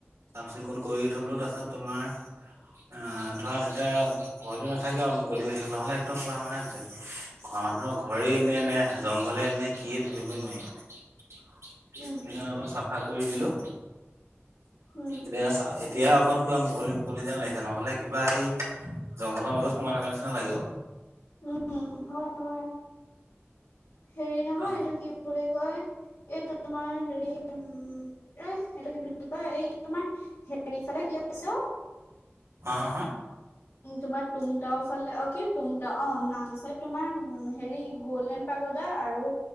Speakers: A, on the right; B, on the left.
A: চাফ চিকুণ কৰি থলো তাৰপিছত ছত তোমাৰ আহ ধৰা তেতিয়া ভয়টো নাথাকে আৰু <unintelligible> নহ'লে একদম পুৰা মানে ঘৰ মানুহৰ ঘৰে এনে নে জংঘলে নে কি এই ধৰিবই নোৱাৰি সেইটো
B: উম,
A: কাৰণে
B: উম,
A: অলপ চাফা কৰি দিলো।
B: উম,
A: এতিয়া চা এতিয়াহে অকল কিবা মুকলি মুকলি যেন লাগিছে নহলে কিবা সেই জংঘলৰ মাজত সোমাই থকা নিচিনা লাগিব।
B: উম, হয়, হয়, হেৰি নহয়
A: তাৰ
B: এইটো কি বুলি কয় এই তোমাৰ হেৰি উ এ এইটো কি বুলি কয় এই তোমাৰ হেৰিফালে কি আছে ঔ
A: হা হা
B: উ তোমাৰ টুংটাও ফালে অ কি টুংটাও অ নাম চাই তোমাৰ হেৰি গল্ডেন পাগোদা আৰু